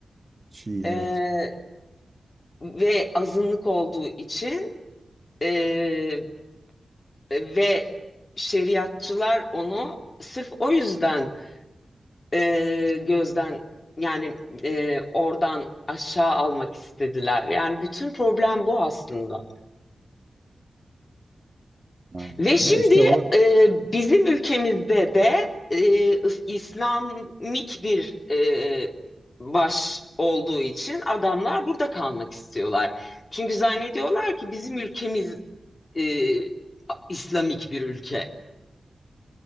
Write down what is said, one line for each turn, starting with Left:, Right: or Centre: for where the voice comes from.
Right: Şii
Left: e,
Right: evet.
Left: ve azınlık olduğu için e, ve şeriatçılar onu sırf o yüzden e, gözden yani e, oradan aşağı almak istediler. Yani bütün problem bu aslında.
Right: Ha,
Left: Ve şimdi
Right: Ya işte o
Left: e, bizim ülkemizde de e, İslamik bir e, baş olduğu için adamlar burada kalmak istiyorlar. Çünkü zannediyorlar ki bizim ülkemiz e, İslamik bir ülke